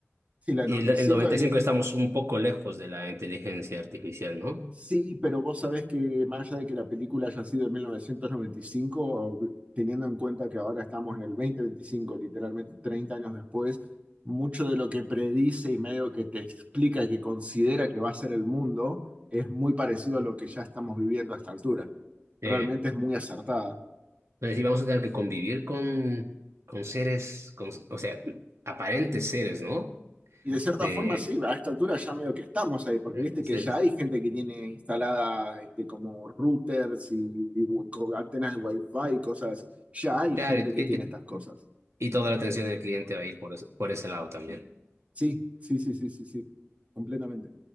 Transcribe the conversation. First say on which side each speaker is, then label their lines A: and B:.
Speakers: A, on the right; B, on the right.
A: sí, la
B: El,
A: 95
B: el noventa
A: es,
B: y cinco estamos un poco lejos de la inteligencia artificial, ¿no?
A: Sí, pero vos sabés que más allá de que la película haya sido en 1995, teniendo en cuenta que ahora estamos en el 2025, literalmente 30 años después, mucho de lo que predice y medio que te explica que considera que va a ser el mundo es muy parecido a lo que ya estamos viviendo a esta altura.
B: Eh,
A: Realmente es muy acertada.
B: pero sí, vamos a tener que convivir con, con seres, con, o sea, aparentes seres, ¿no?
A: Y de cierta
B: De,
A: forma, sí, a esta altura ya medio que estamos ahí, porque
B: aparentes
A: viste que
B: seres.
A: ya hay gente que tiene instalada este, como routers y, y antenas de Wi-Fi y cosas así. Ya hay
B: Claro,
A: gente que
B: y,
A: tiene
B: y-
A: estas cosas.
B: y toda la atención del cliente va a ir por ese, por ese lado también.
A: Sí, sí, sí, sí, sí, sí. Completamente,